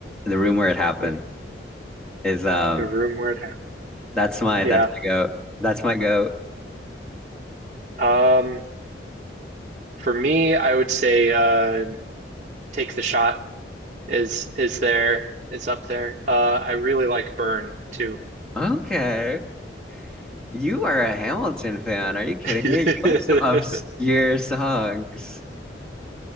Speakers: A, in the centre; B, on the right.
A: The room where it happened
B: Yeah,
A: is um
B: the room where it happened.
A: that's my
B: Yeah.
A: that's my go. That's my go.
B: Um, for me, I would say uh, take the shot is is there? It's up there. Uh, I really like Burn too.
A: Okay. You are a Hamilton fan. Are you kidding
B: <laughs>
A: me? You like some obscure songs.